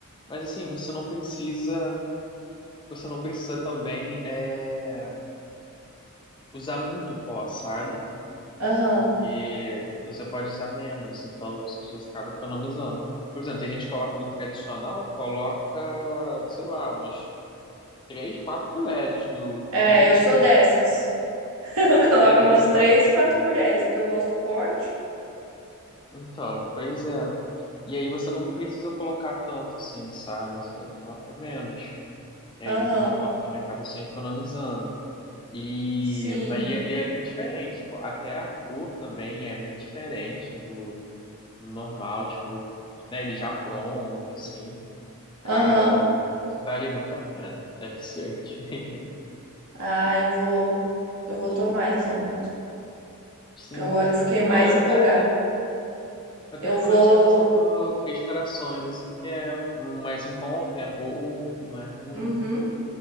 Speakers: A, on the left; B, on the right.
A: Mas assim, você não precisa, você não precisa também é, usar muito pó, sabe?
B: aham.
A: Porque você pode usar menos, então você acaba economizando. Por exemplo, tem gente que coloca do tradicional, coloca, sei lá, umas três, quatro colheres do, <laughs>
B: É, eu
A: de
B: sou
A: pó.
B: dessas. <laughs> Eu coloco
A: É,
B: umas
A: então.
B: três, quatro colheres, porque eu gosto forte.
A: Então, pois é. E aí você não precisa colocar tanto assim, sabe? Você coloca menos. E
B: Aham,
A: aí, de uma forma, também acaba se economizando. E,
B: Sim,
A: aí é, e é bem diferente, tipo, até a cor também é bem diferente do do normal, tipo, né, ele já pronto, assim. Cara,
B: aham.
A: vale muito a pena, é viciante. <laughs>
B: Ah, eu vou, eu vou tomar então,
A: Sim,
B: que agora eu fiquei
A: eu,
B: mais
A: co- eu
B: empolgada.
A: até, até
B: Eu
A: recomendo
B: vou,
A: você começar pelo Três Corações, assim, que é um mais em conta, é bom, não é ruim.
B: uhum.